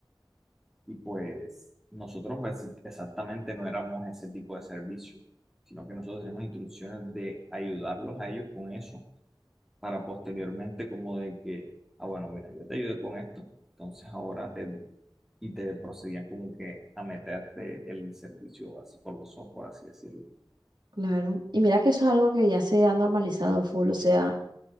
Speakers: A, in the centre; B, on the right (about 60°).
A: y pues nosotros pues exactamente no éramos ese tipo de servicio, sino que nosotros tenemos instrucciones de ayudarlos a ellos con eso para posteriormente como de que, ah, bueno, mira, yo te ayudé con esto, entonces ahora te, y te procedían como que a meterte el servicio así por los ojos, por así decirlo.
B: claro. Y mira que eso es algo que ya se ha normalizado full, o sea...